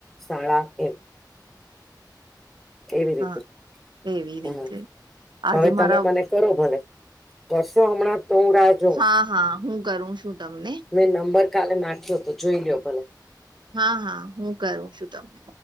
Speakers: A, in the centre; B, on the right.
A: શાળા એમ એવી રીતે
B: હા એવી
A: હમ્મ
B: રીતે
A: હવે
B: આજે
A: તમે
B: મારા
A: મને કરો ભલે પરસો હમણાં તો હ રાત
B: હા હા હું કરું છું તમને
A: મેં નંબર કાલે નાખ્યો હતો જોઈ લો્યો ભલે
B: હા હા હું કરું છું તમને